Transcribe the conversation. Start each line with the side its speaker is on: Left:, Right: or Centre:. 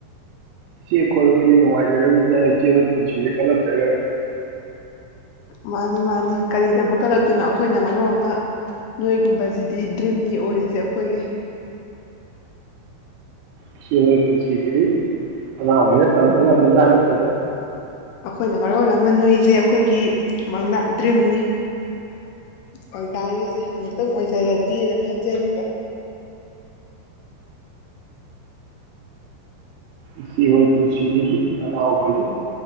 Right: ꯏꯆꯦ ꯑꯩꯈꯣꯏ ꯍꯣꯏꯗꯤ ꯅꯨꯡꯉꯥꯏꯖꯔꯕꯅꯤꯗ ꯏꯆꯦ ꯍꯣꯏ ꯄꯨꯟꯁꯤꯁꯦ ꯀꯜꯂꯛꯆꯒꯔ꯭ꯦ
Left: ꯃꯥꯅꯤ ꯃꯥꯅꯤ ꯀꯔꯤꯗꯕꯨ ꯀꯜꯂꯛꯇꯨꯅꯣ ꯑꯩꯈꯣꯏꯅ ꯃꯔꯣꯝ ꯑꯃ ꯅꯣꯏꯒꯨꯝꯕꯁꯤꯗꯤ ꯗ꯭ꯔꯤꯝꯅꯤ ꯑꯣꯏꯔꯤꯁꯦ ꯑꯩꯈꯣꯏꯒꯤ
Right: ꯏꯆꯦ ꯍꯣꯏ ꯄꯨꯟꯁꯤꯁꯤꯗꯤ ꯅꯅꯥꯎꯍꯣꯌꯅ ꯇꯝꯕ ꯉꯝꯕꯖꯥꯠ ꯅꯠꯇꯦꯗ
Left: ꯑꯩꯈꯣꯏꯅ ꯃꯔꯣꯜ ꯑꯃ ꯅꯣꯏꯁꯦ ꯑꯩꯈꯣꯏꯒꯤ ꯃꯪ ꯗ꯭ꯔꯤꯝꯅꯤ ꯑꯣꯏꯒꯥꯢꯔꯤꯁꯦ ꯑꯃꯨꯛꯇꯪ ꯑꯣꯏꯖꯔꯗꯤꯅ ꯈꯟꯖꯔꯤꯕ
Right: ꯏꯆꯦꯍꯣꯌ ꯄꯨꯟꯁꯤꯖꯤꯗꯤ ꯅꯅꯥꯎꯍꯣꯏꯗꯤ